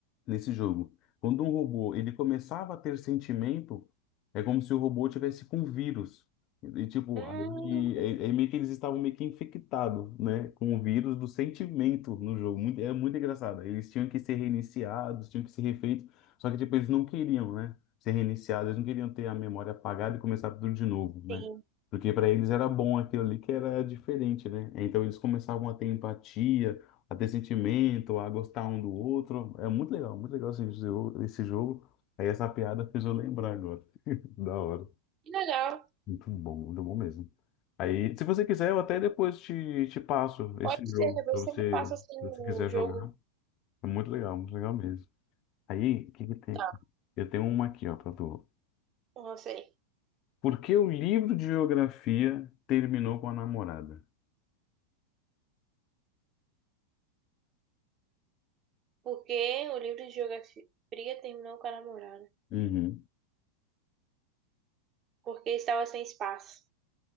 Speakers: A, on the left; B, on the right.
A: nesse jogo. Quando um robô ele começava a ter sentimento, é como se o robô tivesse com vírus. E tipo,
B: Hum,
A: aí, é, é meio que eles estavam meio que infectados, né, com o vírus do sentimento no jogo. Muito, é muito engraçado. Eles tinham que ser reiniciados, tinham que ser refeitos. Só que tipo, eles não queriam, né, ser reiniciados. Eles não queriam ter a memória apagada e começar tudo de novo, né?
B: sim.
A: Porque para eles era bom aquilo ali que era diferente, né? Então eles começavam a ter empatia, a ter sentimento, a gostar um do outro. É muito legal, muito legal esse jogo. Esse jogo. Aí essa piada fez eu lembrar agora. <laughs> Da hora.
B: Que legal.
A: Muito bom, muito bom mesmo. Aí, se você quiser, eu até depois te, te passo
B: Pode
A: esse jogo,
B: ser, depois
A: se você,
B: você me passa assim
A: se
B: o
A: você quiser
B: jogo.
A: jogar. É muito legal, muito legal mesmo. Aí, o que que tem
B: Tá,
A: aqui? Eu tenho uma aqui, ó, pra tu.
B: não sei.
A: Por que o livro de geografia terminou com a namorada?
B: Porque o livro de geografia terminou com a namorada.
A: Uhum.
B: Porque estava sem espaço.